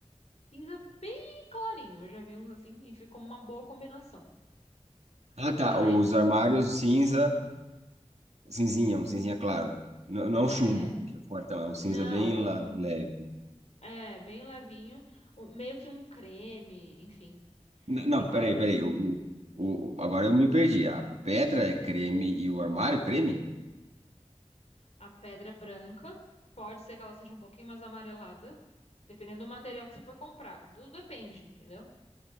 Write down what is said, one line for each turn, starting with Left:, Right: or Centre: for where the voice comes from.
Left: cinza bem clarinho. Eu já vi uns assim e ficou uma boa combinação.
Right: Ah, tá,
Left: Mas,
Right: os armários cinza, cinzinha, um cinzinha claro. N- Não
Left: é,
Right: chumbo, que é fortão, é um cinza
Left: não,
Right: bem
Left: não
Right: lá,
Left: chumbo.
Right: leve.
Left: É, bem levinho, um- meio que um creme, enfim,
Right: N- Não,
Left: fica
Right: peraí,
Left: bonito.
Right: peraí. O, o, o- agora eu me perdi. A pedra é creme e o armário creme?
Left: A pedra branca, pode ser que ela seja um pouquinho mais amarelada, dependendo do material que você for comprar. Tudo depende, entendeu?